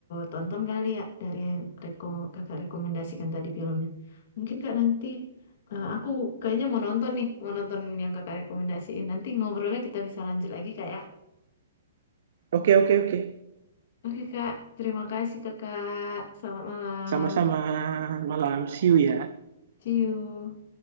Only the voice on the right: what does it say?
Oke, oke, oke.
Sama-sama. Malam. See you ya.